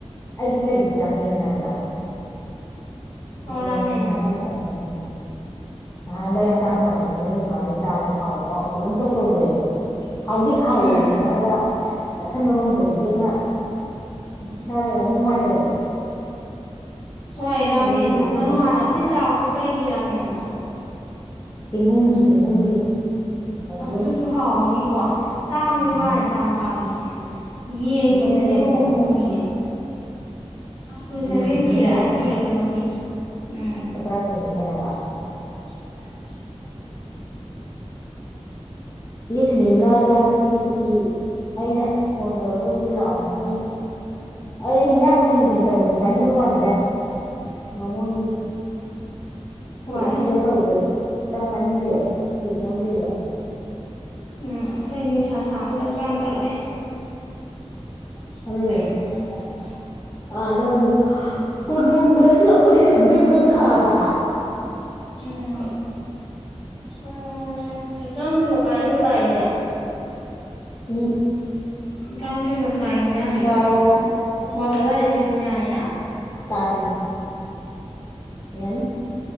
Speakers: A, on the left; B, on the left.
A: ꯑꯩꯗꯤ ꯀꯔꯤꯒꯤ ꯔꯥꯝꯃꯦꯟ ꯍꯥꯏꯕ꯭ꯔꯥ
B: ꯑꯣ
A: ꯉꯝꯃꯤ
B: ꯔꯥꯃꯦꯟꯗꯣ
A: ꯆꯖꯅ ꯎꯝ <unintelligible> ꯅꯍꯥꯟꯗꯩ ꯑꯩ ꯍꯛꯆꯥꯡ ꯅꯨꯡꯉꯥꯏꯇꯕꯅꯤꯅ ꯑꯗꯨꯝꯀꯥꯟꯗꯩ ꯆꯥꯕꯗꯣ ꯍꯥꯎꯕ ꯍꯥꯎꯇꯕ ꯑꯗꯨꯝ ꯏꯇꯧ ꯇꯧꯈ꯭ꯔꯦꯕ ꯍꯥꯎꯗꯤꯛ ꯍꯥꯎꯋꯦꯅꯗꯤ
B: ꯎꯝ
A: ꯈꯪꯉꯒ ꯆꯥꯁꯟꯕ ꯉꯝꯗꯕꯒꯤ ꯑꯃ ꯏꯆꯥꯗ ꯀꯩꯅꯣꯝ ꯅꯨꯡꯉꯥꯏꯇꯕꯗꯣ
B: ꯍꯣꯏ ꯔꯥꯃꯦꯟꯗꯣ
A: ꯑꯗꯨꯒꯤ ꯐꯤꯂꯤꯡꯁꯇꯣ
B: ꯀꯩꯅꯣ ꯍꯥꯟꯅ ꯑꯩꯈꯣꯏꯅ ꯆꯥꯕꯗꯣ ꯀꯩꯒꯤ ꯔꯥꯃꯦꯟꯅꯣ
A: ꯇꯤꯒꯨꯝꯒꯤ ꯆꯦꯡꯒꯨꯝꯒꯤ ꯃꯁꯔꯨꯝ
B: ꯑꯗꯨ ꯑꯗꯨꯁꯨ ꯍꯥꯎꯋꯤꯅꯤꯀꯣ ꯇꯥꯡꯕꯨꯗꯤ
A: ꯎꯝ
B: ꯃꯥꯅꯦ ꯇꯥꯡ ꯇꯥꯡꯉꯤꯅꯦ ꯌꯦꯟꯒꯤꯗꯨꯅ
A: ꯂꯨꯄꯥ ꯆꯅꯤ ꯌꯥꯡꯈꯩꯔꯥ
B: ꯏꯍꯣꯡ ꯍꯣꯡꯉꯤꯅꯦ ꯇꯨ
A: ꯌꯦꯡꯒꯤꯕꯅ
B: ꯁꯚꯦꯟ ꯇꯤꯔ
A: ꯍꯣꯡꯉꯦꯕ
B: ꯑꯩꯠ ꯇꯤꯔ ꯀꯩꯅꯣꯝ ꯄꯤ ꯎꯝ
A: ꯂꯨꯄꯥ ꯇꯔꯥ ꯀꯨꯟꯗꯤ ꯈꯦꯠꯅꯕ
B: ꯎꯝ
A: ꯏꯅꯦ ꯁꯨꯅꯤꯕꯂꯥꯗꯣ ꯍꯟꯇꯛꯇꯤ ꯈꯦꯆꯤ ꯑꯩꯅ ꯐꯣꯟ ꯇꯧꯔꯒꯕꯨꯗꯤ ꯂꯥꯛꯑꯣ ꯍꯥꯏꯔꯛꯀꯅꯤ ꯑꯩ ꯍꯤꯟꯖꯥꯡ ꯃꯊꯦꯜ ꯃꯊꯦꯜ ꯇꯧꯕꯗꯨꯁꯨ ꯆꯥꯅꯤꯡꯕ ꯋꯥꯅꯤꯗ ꯕꯥꯃꯣꯟꯒꯤ
B: ꯍꯣꯏ
A: ꯑꯣ ꯎꯠꯇꯤꯗꯡ ꯇꯧꯗꯣ ꯆꯥꯛ ꯆꯥꯅꯤꯡꯗꯦꯕ ꯕꯤꯠ ꯌꯥꯎꯗꯦꯕ
B: ꯎꯝ ꯑꯁ ꯑꯩꯗꯤ ꯅꯨꯡꯁꯥ ꯁꯥꯕ ꯆꯠꯄ ꯌꯥꯝ ꯇꯜꯂꯦ <inaudible>
A: ꯑꯗꯨꯅꯦ ꯑꯥ ꯅꯃꯜ ꯀꯣꯅꯨꯡꯕꯁ ꯑꯃ ꯍꯦꯟꯗꯣꯏꯅꯣ ꯁꯥꯕ <inaudible>
B: ꯎꯝ ꯎꯝ ꯍꯧꯖꯤꯛ ꯇꯔꯥꯃꯊꯣꯏ ꯃꯈꯥꯏ ꯅꯠꯇ꯭ꯔ ꯇꯥꯔꯤꯁꯦ
A: ꯎꯝ
B: ꯇꯔꯥ ꯃꯥꯥꯊꯣꯏ ꯃꯈꯥꯏꯅꯤꯅ
A: ꯌꯦꯡꯉꯨ
B: ꯕꯥꯔꯣ
A: ꯉꯥꯏꯈꯣ
B: ꯕꯥꯔꯣ ꯑꯗꯨꯋꯥꯏꯗ ꯂꯣꯏꯁꯟ ꯌꯥꯅꯤꯅ
A: ꯇꯥ꯭ꯗꯔꯤ ꯌꯥꯅꯤ